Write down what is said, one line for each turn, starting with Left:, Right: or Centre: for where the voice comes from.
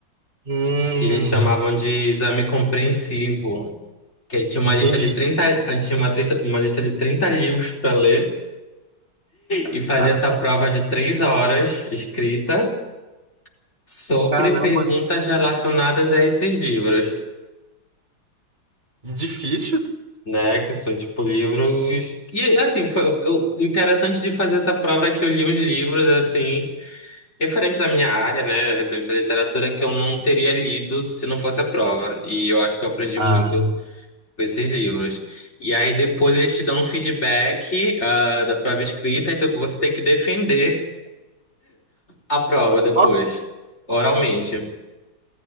Right: Hum,
Left: que eles chamavam de exame compreensivo. Que tinha uma
Right: entendi.
Left: lista de 30 a gente tinha uma, trista- uma lista de 30 livros para ler. e fazer
Right: Cara-
Left: essa prova de três horas escrita sobre
Right: Caramba,
Left: perguntas relacionadas a esses livros,
Right: que difícil.
Left: né? Que são tipo livros. E assim, foi o o interessante de fazer essa prova é que eu li uns livros assim, referentes à minha área, né? Referentes à literatura que eu não teria lido se não fosse a prova. E eu acho que eu aprendi
Right: Ah,
Left: muito. com Esses livros. E aí depois eles te dão um feedback, ah, da prova escrita, então você tem que defender a prova depois,
Right: ó,
Left: oralmente.